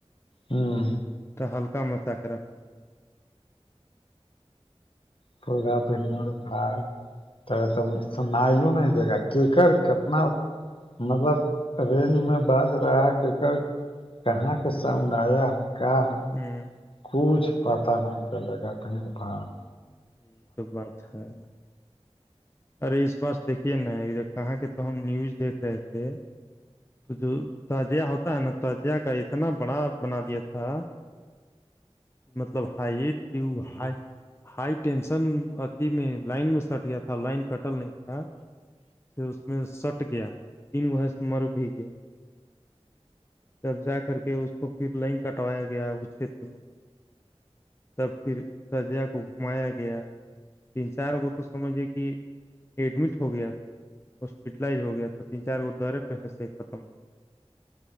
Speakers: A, on the left; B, on the left.
A: ہاں <unintelligible>
B: تو ہلکا مچا کے رکھتا ہے ایک
A: فگا پہنر بات ت سناائیوں نہیں دے گا کیکر کتنا مطلب رینج میں باز رہا کہک کہاں کے ساؤنڈ آیا ہے کہ ہے
B: ہوں
A: کچھ پتا نہیں چلے گا پڑ بھاڑ میں
B: یہ تو بات ہے ارے اس بس دیکھیے نا جب کہاں کے تو ہم نیوز دیکھ رہے تھے تو جو تعجیہ ہوتا ہے نا تعجیہ کا اتنا بڑا بنا دیا تھا کہ مطلب ہائٹ کی ہائی ہائی ٹینشن اھی میں لائن میں سٹ گیا تھا لائن سٹل نہیں تھا پ اس میں سٹ گیا تین بہ سے مر بھی گیا تب جا کر کے اس کو پھر لائن کٹوایا گیا اس چھیتر میں <unintelligible> تب پھر تجیہ کو گھمایا گیا تین چار گت سمجھے کہ ایڈمٹ ہو گیا تھا ہاسپٹلائز ہو گیا تھا تین چار گ درے پہسے ختم ہو گیا